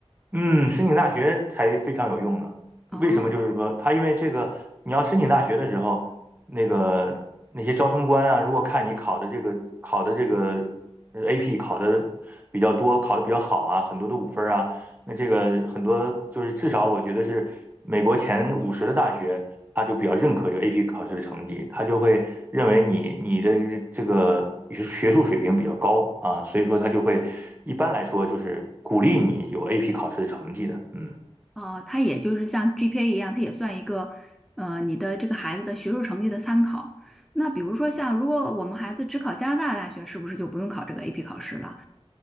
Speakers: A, on the right; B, in the centre.
A: 嗯，申请大学才非常有用呢。
B: 哦
A: 为什么？就是说，他因为这个，你要申请大学的时候，那个那些招生官啊，如果看你考的这个考的这个呃 AP 考的比较多，考的比较好啊，很多的五分儿啊，那这个很多就是至少我觉得是美国前五十的大学，他就比较认可这个 AP 考试的成绩，他就会认为你你的这个学术水平比较高啊，所以说他就会一般来说就是鼓励你有 AP 考试的成绩的，嗯。
B: 哦，它也就是像 GPA 一样，它也算一个呃你的这个孩子的学术成绩的参考。那比如说像如果我们孩子只考加拿大大学，是不是就不用考这个 AP 考试了？